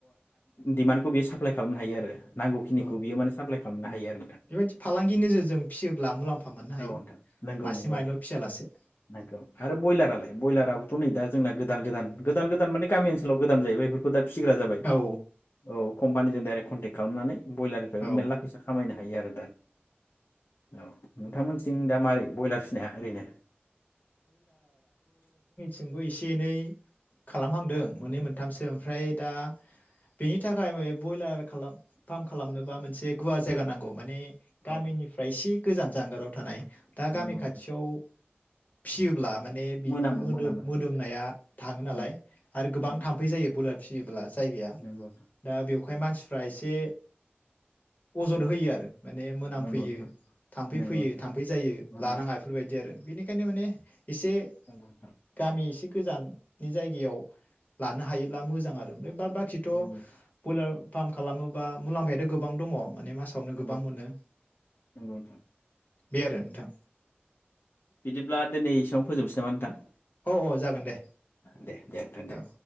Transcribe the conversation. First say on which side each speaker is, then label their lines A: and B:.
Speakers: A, on the left; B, on the left.
A: डिमान्डखौ बे साप्लााय खालामनो हायो आरो नांगौखिनिखौ
B: औ
A: बियोान साफ्लाय खालामनो हायो आरो नोंथां
B: बेबायदि फालांगि नोजोरजों फिसियोब्ला मुलाम्फा मोननो
A: औ
B: हायो
A: नोंथां नंगौ
B: मासे
A: नंगौ नोंथां
B: मानैल' फियालासे।
A: नंगौ आरो ब्रयलारालाय ब्रयलाराबोथ' नै दा जोंना गोद गोदान गोदान गोदान माने गामि ओनसोलाव गोदान जायोबाय बेफोरखौ दा। फिसिग्रा जाबाय
B: औ
A: औ कम्पानि जों दाइरेक्ट कनटेक्ट खालामनानै ब्रयलारनिफ्रायबो
B: औ
A: मेरला फैसा खामायनो हायो आरो औ नोंथांमोनथिं दा मारै ब्रयलार फिनाया ओरैनो
B: जोंबो एसे एनै खालामहांदों। मोननै मोनथामसो ओमफ्राय दा बेनि थाखाय फ्राय ब्रयलार खालाम फार्म खालामनोबा मोनसे गुवार जायगा नांगौ माने गामिनिफ्राय
A: औ
B: इसि गोजान जानगाराव थानाय दा
A: नंगौ
B: गामि
A: नोंथां
B: खाथियाव फिसियोब्ला माने बिनि
A: मोनामो
B: मोदोम
A: मोनामो
B: मोदोमनाया थाङो नालाय
A: उम
B: आरो गोबां
A: उम
B: थाम्फै जायो ब्रयलार फियोब्ला जायगाया‌
A: नंगौ
B: दा बेव ओंखाय मानसिफ्रा एसे अजद होयो आरो। माने मोनामफैयो
A: नोंथां
B: थाम्फै
A: नंगौ
B: फैयो
A: नोंथां
B: थाम्फै जायो
A: नंगौ
B: लानाङा
A: नोंथां
B: बेफोरबायदि आरो बेनिखायनो माने एसे
A: नंगौ नोंथां
B: गामि एसे गोजाननि जायगायाव। लानो हायोब्ला मोजां आरो बे बाद बाखिथ'
A: नंगौ
B: ब्रयलार फार्म खालामो बा मुलाम्फायाथ' गोबां दङ'। माने मासावनो
A: नंगौ
B: गोबां
A: नोंथां
B: मोनो।
A: नंगौ नोंथां
B: बे आरो नोंथां।
A: बिदिब्ला दिनै एसेयावनो फोजोबनोसै नामा नोंथां?
B: औ औ जागोन दे
A: दे दे नोंथां दे
B: औ।